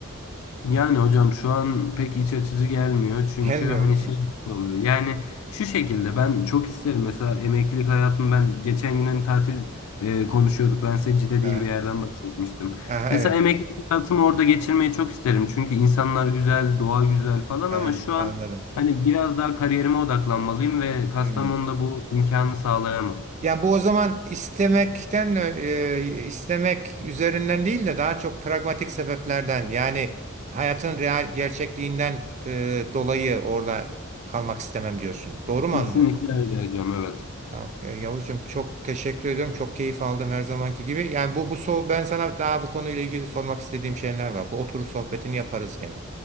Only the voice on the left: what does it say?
Yani hocam şu an pek iç açıcı gelmiyor çünkü
hani
şey
dolayı yani şu şekilde ben çok isterim mesela emeklilik hayatım ben geçen gün hani tatil e, konuşuyorduk ben size Cide
diye bir yerden bahsetmiştim.
Mesela
emeklilik hayatımı orada geçirmeyi çok isterim çünkü insanlar güzel doğa güzel falan
ama şu
an hani biraz daha kariyerime odaklanmalıyım ve Kastamonu'da
bu imkanı sağlayamam.
Kesinlikle
öyle hocam evet.